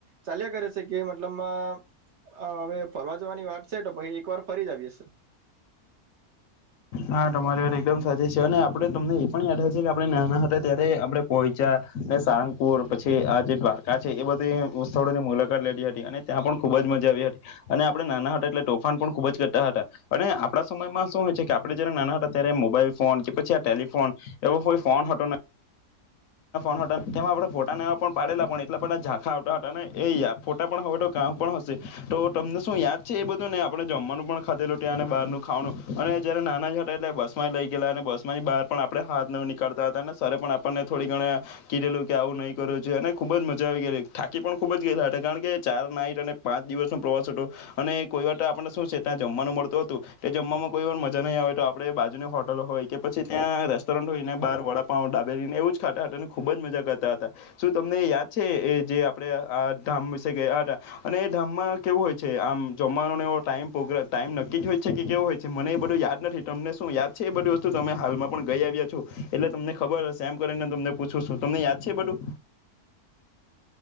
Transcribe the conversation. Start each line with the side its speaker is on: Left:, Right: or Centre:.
Right: ચાલ્યા કરે છે કે મતલબમાં અ હવે ફરવા જવાની વાત સે તો પહિ એક વાર ફરી જ આવી શું
Left: હા તમારી વાર એકદમ સાચી છે અને આપડે તમને એ પણ યાદ હશે કે આપણે નાના હતા ત્યારે આપણે પોઇચા ને સારંગપુર પછી આ જે દ્વારકા છે એ બધું સ્થળોની મુલાકાત લેધી હતી અને ત્યાં પણ ખુબ જ મજા આવી હતી અને આપણે નાના હતા એટલે તોફાન પણ ખુબ જ કરતા હતા અને આપણા સમયમાં શું હોય છે કે આપડે જ્યારે નાના હતાત્યારે મોબાઈલ ફોન કે પછી આ ટેલિ ફોન એવો કોઈ ફોન હતો નઈ ફોન હતા તેમાં આપણે ફોટા ને એવા પણ પાડેલા પણ એટલા બધા ઝાંખા આવતા હતા એ યા ફોટા પણ હવે તો કાં પણ હશે તો તમને શું યાદ છે એ બધું ને આપણેે જમવાનું પણ ખાધેલું ત્યાં અને બારનું ખાવાનું અને જ્યાંરે નાના જ હતા એટલે બસમાં લઈ ગયલા અને બસમાંની બહાર પણ આપણે હાથ ને એવું નીકળતા હતા અને સરે પણ આપણને થોડી ઘણે કીધેલું કે આવું નહીં કરવુ જોઈએ અને ખૂબ જ મજા આવી ગયલી થાકી પણ ખૂબ જ ગયેલા હતા કારણ કે ચાર નાઇટ અને પાંચ દિવસનો પ્રવાસ હતો અને કોઈ વાર તો આપણે શું છે ત્યાં જમવાનું મળતું હતું તે જમવામાં કોઈ વાર મજા નહીં આવેય તો આપણે બાજુની હોટલ હોય કે પછી ત્યાં રેસ્ટોરન્ટ હોય ને બહાર વડાપાવ દાબેલી ને એવું જ ખાતા હતા અને ખૂબ જ મજા કરતા હતા શું તમને યાદ છે એ જે આપણે આ ધામ વિશે ગયા હતા અને એ ધામમાં કેવું હોય છે આમ જમવાનોને એવો ટાઈમ પોગ્ર ટાઈમ નક્કી જ હોય છે કેવું હોય છે મને એ બધું યાદ નથી તમને શું યાદ છે એ બધી વસ્તુ તમે હાલમાં પણ ગઈ આવ્યા છો એટલે તમને ખબર હશે એમ કરીને તમને પૂછું છું તમને યાદ છે એ બધું?